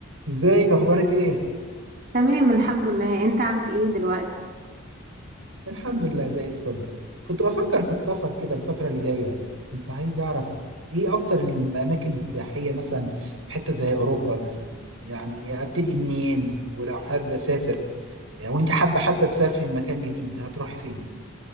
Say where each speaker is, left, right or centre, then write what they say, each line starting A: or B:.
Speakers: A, on the right; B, on the right.
A: ازيك اخبارك ايه
B: تمام الحمد لله انت عامل ايه دلوقتي
A: الحمد لله زي الفل كنت بفكر في السفر كده الفترة اللي جاية كنت عايز اعرف ايه اكتر الاماكن السياحية مثلا في حتة زي اوروبا مثلا يعني ابتدي منين ولو حابة اسافر او انت حابة حتى تسافري لمكان جديد هتروحي فين